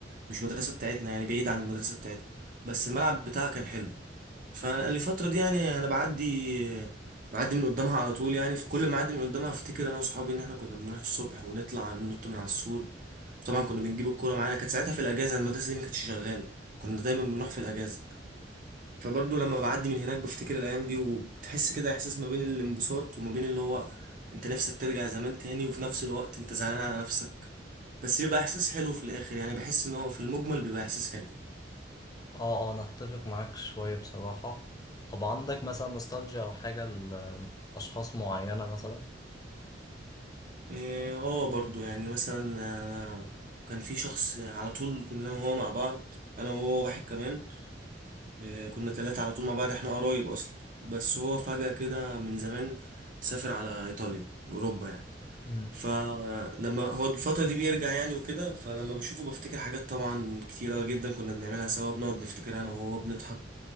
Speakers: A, on the right; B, on the left.
A: مش مدرسة بتاعتنا يعني بعيد عن المدرسة بتاعتنا بس الملعب بتاعها كان حلو فالفترة دي يعني أنا بعدي بعدي من قدامها على طول يعني فكل ما أعدي من قدامها أفتكر أنا وأصحابي إن إحنا كنا بنروح الصبح ونطلع ننط من على السور طبعا كنا بنجيب الكورة معانا كانت ساعتها في الأجازة المدرسة دي ما كانتش شغالة كنا دايما بنروح في الأجازة فبرضه لما بعدي من هناك بفتكر الأيام دي وبتحس كده إحساس ما بين الانبساط وما بين اللي هو أنت نفسك ترجع زمان تاني وفي نفس الوقت أنت زعلان على نفسك بس بيبقى إحساس حلو في الآخر يعني بحس إن هو في المجمل بيبقى إحساس حلو
B: اه اه انا اتفق معاك شويه بصراحه طب عندك مثلا نوستالجيا او حاجه لاشخاص معينه مثلا
A: إيه، اه برضو يعني مثلا آه، كان في شخص على طول كنا انا وهو مع بعض انا وهو واحد كمان آه، كنا ثلاثة على طول مع بعض احنا قرايب اصلا بس هو فجأة كده من زمان سافر على ايطاليا اوروبا يعني
B: امم
A: فلما هو الفترة دي بيرجع يعني وكده فلما بشوفه بفتكر حاجات طبعا كتيرة جدا كنا بنعملها سوا بنقعد نفتكر انا وهو بنضحك